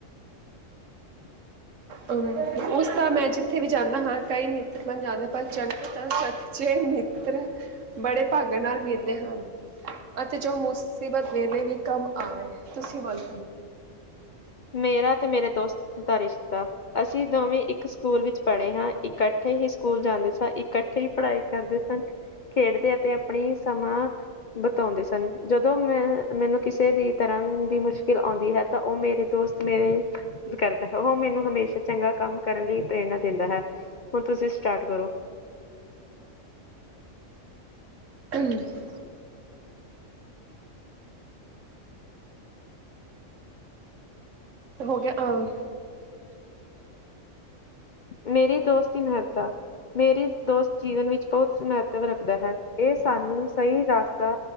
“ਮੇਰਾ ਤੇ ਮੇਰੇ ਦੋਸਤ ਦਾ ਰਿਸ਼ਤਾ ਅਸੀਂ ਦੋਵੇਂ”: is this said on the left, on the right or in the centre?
Left